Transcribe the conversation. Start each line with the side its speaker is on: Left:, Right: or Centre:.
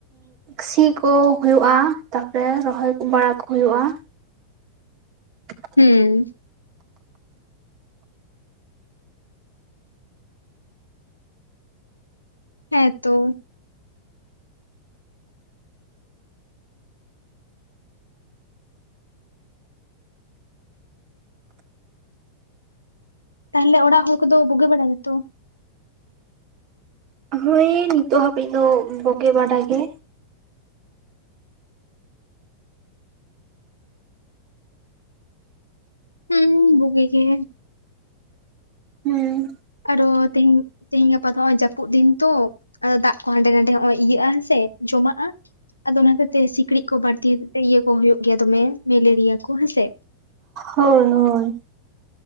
Right: ᱥᱤ ᱠᱚ ᱦᱩᱭᱚᱜ-ᱟ᱾ ᱛᱟᱯᱚᱨ ᱨᱚᱦᱚᱭ ᱵᱟᱲᱟ ᱠᱚ ᱦᱩᱭᱩᱜᱼᱟ᱾ <inaudible>
Left: ᱦᱩᱸ ᱦᱮᱸ ᱛᱚ᱾ ᱛᱟᱦᱚᱞᱮ ᱚᱲᱟᱜ ᱦᱚᱲ ᱠᱚᱫᱚ ᱵᱳᱜᱮ ᱵᱟᱲᱟ ᱜᱮᱛᱚ?
Right: ᱦᱳᱭ ᱱᱤᱛᱚᱜ ᱦᱟᱹᱵᱤᱡ ᱫᱚ ᱵᱳᱜᱮ ᱵᱟᱰᱟ ᱜᱮ᱾
Left: ᱦᱩᱸ ᱵᱩᱜᱤ ᱜᱮ᱾
Right: ᱦᱮᱸ
Left: ᱟᱨᱚ ᱛᱮᱦᱤᱧ, ᱛᱮᱦᱮᱧ ᱜᱟᱯᱟ ᱫᱚ ᱦᱚᱜᱚᱭ ᱡᱟᱹᱯᱩᱫ ᱫᱤᱱ ᱛᱚ᱾ ᱟᱫᱚ ᱫᱟᱜ ᱠᱚ ᱦᱟᱸᱰᱮ ᱱᱟᱰᱮ ᱦᱚᱜᱼᱚᱭ ᱤᱭᱟᱹᱜᱼᱟ ᱦᱮᱸ ᱥᱮ, ᱡᱚᱢᱟᱜᱼᱟ᱾ ᱟᱫᱚ ᱚᱱᱟ ᱦᱚᱛᱮᱡ ᱛᱮ ᱥᱤᱠᱲᱤᱡ ᱠᱚ ᱵᱟᱹᱲᱛᱤ ᱦᱚᱛᱮᱡ ᱛᱮ, ᱤᱭᱟᱹ ᱠᱚ ᱦᱳᱭᱳᱜ ᱜᱮᱭᱟ ᱫᱚᱢᱮ, ᱢᱮᱞᱮᱨᱤᱭᱟ ᱠᱚ ᱦᱮᱸ ᱥᱮ᱾
Right: ᱦᱳᱭ, ᱦᱳᱭ᱾